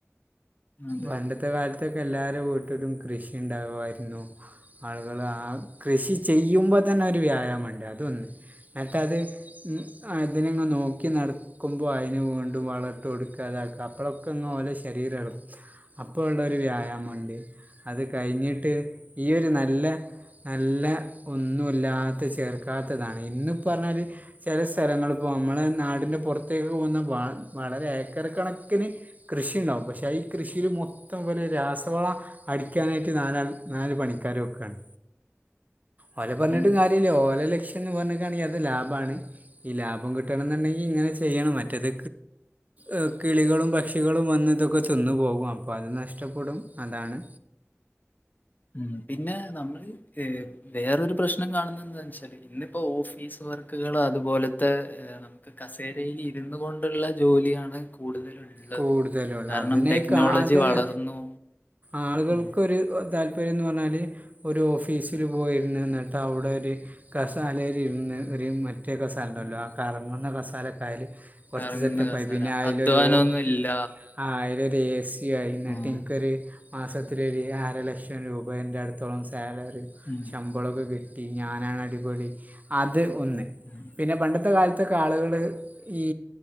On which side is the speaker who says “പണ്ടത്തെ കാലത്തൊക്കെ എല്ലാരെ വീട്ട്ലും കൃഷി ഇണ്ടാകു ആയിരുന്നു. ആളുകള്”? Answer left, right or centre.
Right